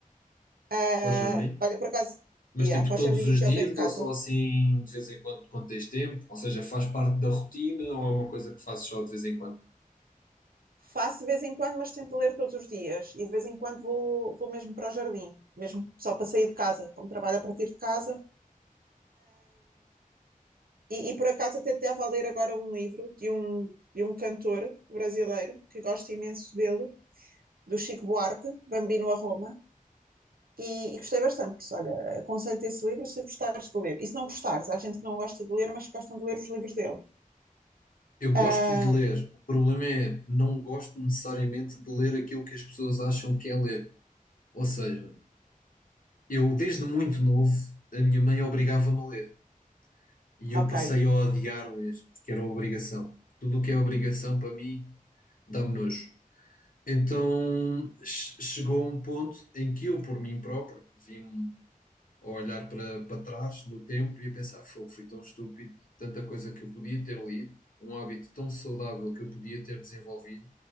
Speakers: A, on the right; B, on the left.
A: Ah,
B: bom jardim.
A: olha, por acaso,
B: Mas
A: yeah,
B: tipo
A: para
B: todos
A: o jardim
B: os
A: aqui
B: dias
A: ao pé de casa.
B: ou só assim de vez em quando quando tens tempo? Ou seja, faz parte da rotina ou é uma coisa que fazes só de vez em quando?
A: Faço de vez em quando, mas tento ler todos os dias. E de vez em quando vou, vou mesmo para o jardim, mesmo só para sair de casa, como trabalho a partir de casa. E, e por acaso até estava a ler agora um livro de um, de um cantor brasileiro que gosto imenso dele do Chico Buarque, Bambino a Roma, e, e gostei bastante. Por isso, olha, aconselho-te esse livro se gostares de ler. E se não gostares, há gente que não gosta de ler, mas que gostam de ler os livros dele.
B: Eu
A: Ah,
B: gosto de ler, o problema é não gosto necessariamente de ler aquilo que as pessoas acham que é ler. Ou seja, eu desde muito novo, a minha mãe obrigava-me a ler e eu
A: ok.
B: passei a odiar ler, porque era obrigação. Tudo o que é obrigação para mim dá-me nojo. Então che- chegou um ponto em que eu, por mim próprio, vi-me a olhar para, para trás no tempo e a pensar, fogo, fui tão estúpido, tanta coisa que eu podia ter lido, um hábito tão saudável que eu podia ter desenvolvido